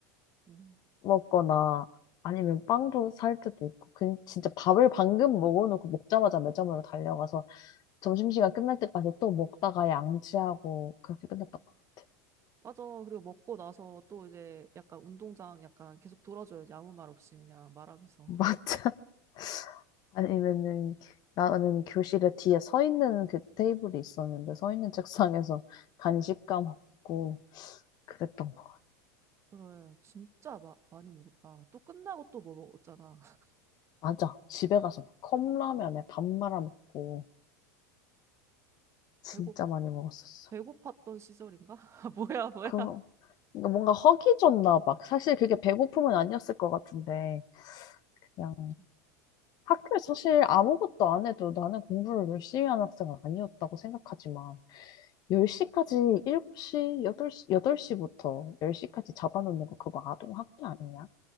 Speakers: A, on the right; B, on the left.
A: 음.
B: 먹거나 아니면 빵도 살 때도 있고 그 진짜 밥을 방금 먹어놓고 먹자마자 매점으로 달려가서 점심시간 끝날 때까지 또 먹다가 양치하고 그렇게 끝났던 것 같아.
A: 맞아. 그리고 먹고 나서 또 이제 약간 운동장 약간 계속 돌아줘야지 아무 말 없이 그냥 말하면서.
B: 맞아. <laughs> 아니면은 나는 교실에 뒤에 서 있는 그 테이블이 있었는데 서 있는 책상에서 간식 까먹고 그랬던 거.
A: <laughs> 그래. 진짜 마, 많이 먹었다. 또 끝나고 또 뭐 먹었잖아. <laughs>
B: 맞아. 집에 가서 막 컵라면에 밥 말아 먹고 진짜
A: 배고
B: 많이 먹었었어.
A: 배고팠던 시절인가? <laughs> 뭐야 뭐야.
B: 그럼 그러니까 뭔가 허기졌나 봐. 사실 그게 배고픔은 아니었을 것 같은데, 그냥
A: 맞아.
B: 학교에 사실 아무것도 안 해도 나는 공부를 열심히 하는 학생은 아니었다고 생각하지만, 10시까지, 7시, 8시, 여덟 시부터 10시까지 잡아놓는 거 그거 아동학대 아니냐?